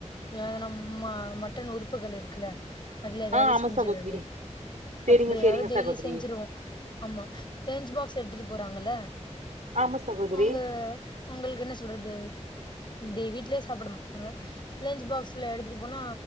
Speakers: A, on the left; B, on the right.
A: இல்லனா நம்ம மட் டன் உறுப்புகள் இருக்குல அதுல எதாவது
B: ஆ ஆமா
A: செஞ்சுறது
B: சகோதரி செரிங்க
A: அப்டி எதாவது
B: செரிங்க
A: டெய்லி
B: சகோதரி
A: செஞ்சுருவோ ஆமா லஞ்ச் பாக்ஸ் எடுத்துட்டு போறாங்கல
B: ஆமா சகோதரி
A: அவுங்க உங்களுக்கு என்ன சொல்றது டே வீட்லயே சாப்பிட மாட்டாங்க லன்ச் பாக்ஸ்ல எடுத்துட்டு போனா